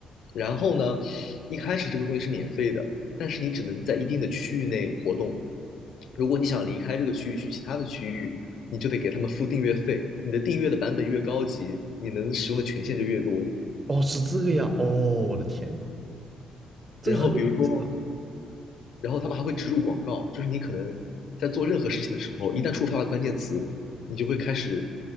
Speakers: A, on the left; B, on the right.
A: 然后呢，一开始这个东西是免费的，但是你只能在一定的区域内活动。如果你想离开这个区域去其他的区域，你就得给他们付订阅费。你的订阅的版本越高级，你能使用的权限就越多。
B: 哦，是这个样。哦，我的天呐，这个很有意思。
A: 然后比如说然后他们还会植入广告，就是你可能在做任何事情的时候，一旦触发了关键词，你就会开始